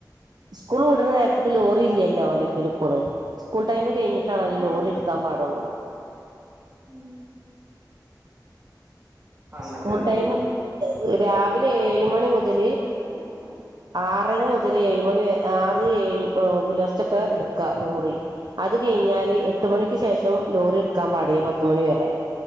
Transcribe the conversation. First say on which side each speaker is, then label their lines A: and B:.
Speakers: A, on the right; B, on the right.
A: സ്കൂൾ വിടുന്ന നേരത്തേക്ക് ലോറി ഇല്ലല്ലോ അല്ലെങ്കിൽ ഇപ്പള് സ്കൂൾ ടൈംമ് കഴിഞ്ഞിട്ട <unintelligible> ലോറി
B: ആഹ്
A: എടുക്കാൻ പാടുള്ളൂ
B: ഉം പണ്ടൊക്കെ
A: സ്കൂൾ
B: എന്തായിരുന്നു
A: ടൈം രാവിലെ ഏഴ് മണി മുതല്
B: പേടിയായിരുന്നു
A: ആറര മുതല് ഏഴുമണി ആറ് ഏഴ് പുലർച്ചൊക്കെ എടുക്കാ ലോറി അത് കഴി അത് കഴിഞ്ഞാല് എട്ട്
B: ആഹ്
A: മണിക്ക് ശേഷം ലോറി എടുക്കാൻ പാടിയേ പത്തുമണി വരെ